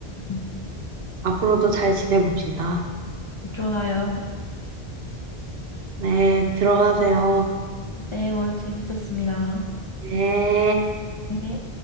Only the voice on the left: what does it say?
음.
좋아요.
네, 오늘 재밌었습니다.
네.